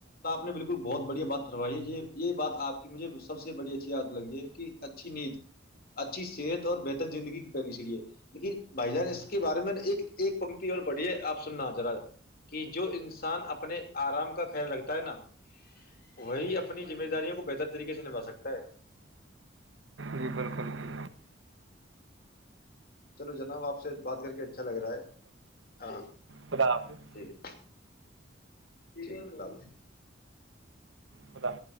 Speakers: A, on the left; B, on the right.
A: نے بالکل بہت بڑھیا بات فروائی ہے یہ یہ بات آپ کی مجھے سب سے بڑی اچھی یاد لگی ہے کہ اچھی نیند اچھی صحت اور بہتر زندگی کی پہلی چڑی ہے لیکن بھائی جان اس کے بارے میں ایک پنکتی اور بڑھ ہے آپ سننا ذرا کہ جو انسان اپنے آرام کا لگتا ہے نا وہی اپنی ذمہ داریوں کو بہتر طریقے سے نھا سکتا ہے
B: جی بالکل جی
A: چلو جناب آپ سے بات کر کے اچھا لگ رہا ہے ہاں
B: خدا حافظ
A: ٹھیک ج
B: ختا